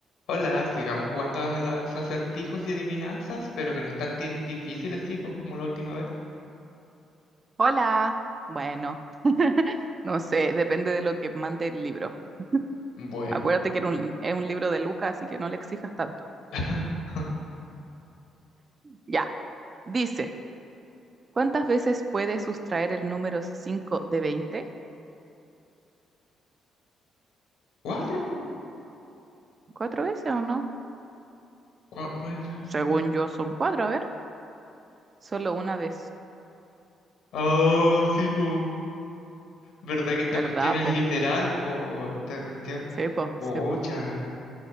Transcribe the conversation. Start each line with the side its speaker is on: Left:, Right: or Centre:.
Left: Hola, sigamos jugando a los acertijos y adivinanzas, pero que no están tan difíciles, sí, pues como la última vez.
Right: Hola. Bueno, no sé, depende de lo que mande el libro.
Left: Bueno.
Right: Acuérdate que era un- es un libro de Lucas, así que no le exijas tanto.
Left: <laughs>
Right: Ya. Dice, ¿cuántas veces puedes sustraer el número cinco de veinte?
Left: Cuatro, po.
Right: ¿Cuatro veces o no?
Left: Cua- pueden ser el
Right: Según
Left: número-
Right: yo son cuatro, a ver. Solo una vez,
Left: Oh, sí, po. ¿Verdad que esta
Right: ¿verdad,
Left: cuestión es
Right: po?
Left: literal, po? Esta cuestión.
Right: Sí, po,
Left: Pocha,
Right: sí, po.